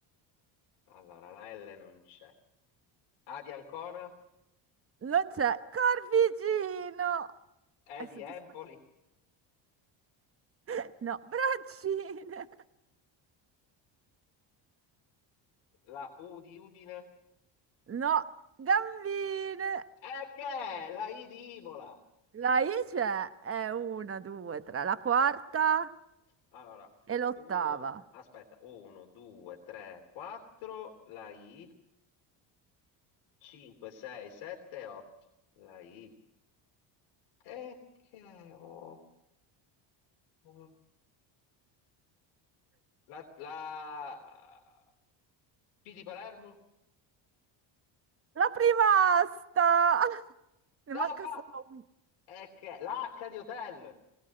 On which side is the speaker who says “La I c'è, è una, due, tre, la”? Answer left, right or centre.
Right